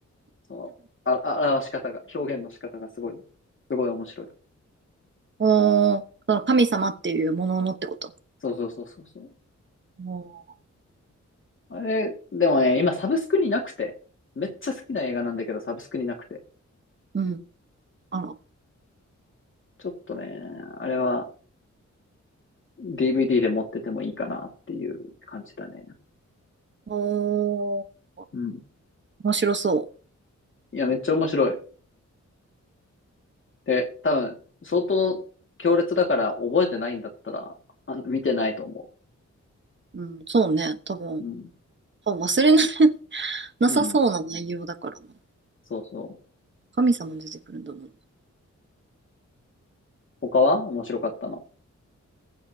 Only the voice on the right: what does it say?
おー、その神様っていうもののってこと。
おー、
うん。あら。
おー、
面白そ
う。うん、そうね。多分、
多分忘れな、<laughs> なさそうな内容だからな。
神様出てくるんだもん。